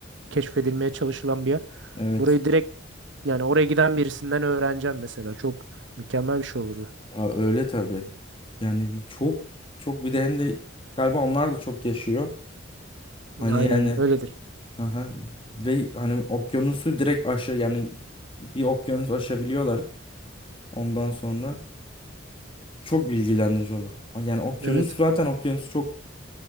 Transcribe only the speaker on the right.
keşfedilmeye çalışılan bir yer.
Burayı direkt yani oraya giden birisinden öğreneceğim mesela çok mükemmel bir şey olurdu.
Aynen
öyledir.
Evet.